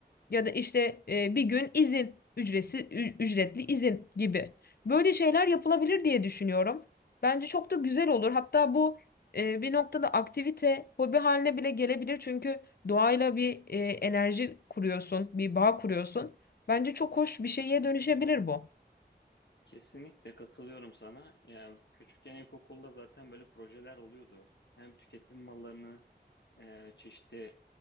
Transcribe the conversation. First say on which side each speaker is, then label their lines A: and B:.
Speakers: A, on the left; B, on the left.
A: ya da işte e, bir gün izin, ücretsiz ü- ücretli izin gibi. Böyle şeyler yapılabilir diye düşünüyorum. Bence çok da güzel olur. Hatta bu e, bir noktada aktivite, hobi haline bile gelebilir. Çünkü doğayla bir e, enerji kuruyorsun, bir bağ kuruyorsun. Bence çok hoş bir şeye dönüşebilir bu.
B: Kesinlikle katılıyorum sana. Yani küçükken ilkokulda zaten böyle projeler oluyordu. Hem tüketim mallarını Eee, çeşitli